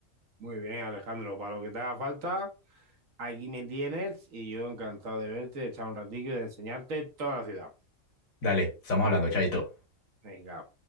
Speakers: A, on the right; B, on the left.
A: Muy bien, Alejandro. Para lo que te haga falta, aquí me tienes y yo encantado de verte, de echar un ratillo y de enseñarte toda la ciudad.
B: Dale, estamos hablando, chaito.
A: Venga,